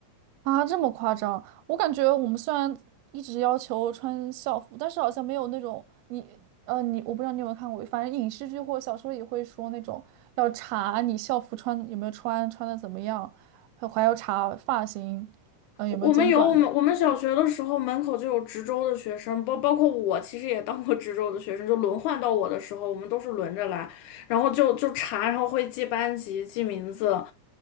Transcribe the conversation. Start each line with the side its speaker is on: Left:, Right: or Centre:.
Right: 啊，这么夸张？我感觉我们虽然一直要求穿校服，但是好像没有那种你呃你，我不知道你有没有看过，反正影视剧或小说也会说那种要查你校服穿有没有穿，穿的怎么样，还还要查发型，呃有没有剪短。
Left: 我们有我们我们小学的时候门口就有值周的学生，包包括我其实也当过值周的学生，就轮换到我的时候，我们都是轮着来，然后就就查，然后会记班级、记名字，